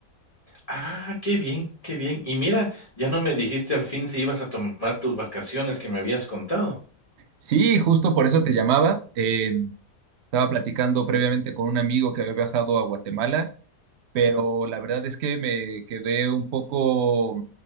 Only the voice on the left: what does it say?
Ah, qué bien, qué bien. Y mira, ya no me dijiste al fin si ibas a tomar tus vacaciones que me habías contado.